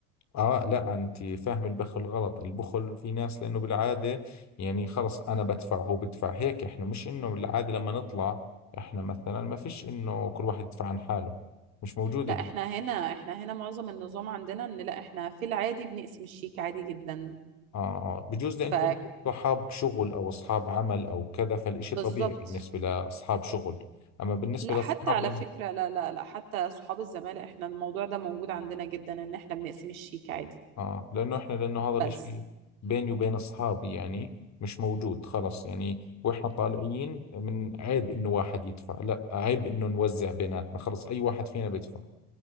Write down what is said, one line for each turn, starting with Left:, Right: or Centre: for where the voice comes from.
Left: آه لا أنت فاهم البخل غلط البخل في ناس لأنه بالعادة يعني خلص أنا بدفع هو بدفع هيك إحنا مش إنه بالعادة لما نطلع إحنا مثلا ما فيش إنه كل واحد يدفع عن حاله مش موجودة
Right: لا
Left: هلا
Right: احنا هنا احنا هنا معظم النظام عندنا ان لا احنا في العادي بنقسم الشيك عادي جدا
Left: آه آه بجوز لأن
Right: ف
Left: كنتوا صحاب شغل أو أصحاب عمل أو كذا فالإشي
Right: بالظبط
Left: طبيعي بالنسبة لأصحاب شغل أما بالنسبة
Right: لا
Left: لأصحاب
Right: حتى على فكرة لا لا لا حتى صحاب الزمالة احنا الموضوع ده موجود عندنا جدا ان احنا بنقسم الشيك عادي
Left: اه لانه احنا لانه هذا
Right: بس
Left: الاشي بيني وبين اصحابي يعني مش موجود خلص يعني واحنا طالعين من عيب انه واحد يدفع لا عيب انه نوزع بيناتنا خلص اي واحد فينا بيدفع